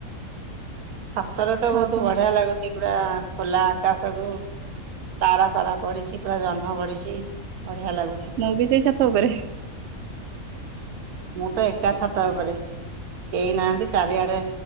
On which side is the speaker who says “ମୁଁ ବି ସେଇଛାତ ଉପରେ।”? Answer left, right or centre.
Right